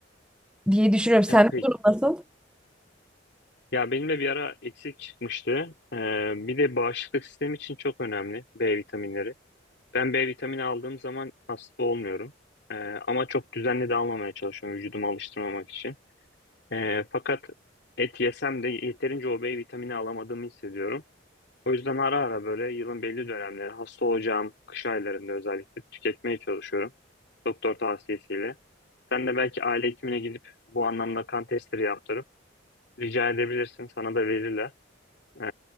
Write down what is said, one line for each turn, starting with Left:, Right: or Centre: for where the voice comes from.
Centre: diye düşünüyorum.
Left: e,
Centre: Sende
Left: peki.
Centre: durum nasıl?
Left: Ya benim de bir ara eksik çıkmıştı. E, bir de bağışıklık sistemi için çok önemli B vitaminleri. Ben B vitamini aldığım zaman hasta olmuyorum. E, ama çok düzenli de almamaya çalışıyorum vücudumu alıştırmamak için. Ee, fakat et yesem de yeterince o B vitamini alamadığımı hissediyorum. O yüzden ara ara böyle yılın belli dönemleri hasta olacağım kış aylarında özellikle tüketmeye çalışıyorum. Doktor tavsiyesiyle. Sen de belki aile hekimine gidip bu anlamda kan testleri yaptırıp rica edebilirsin. Sana da verirler. Ee,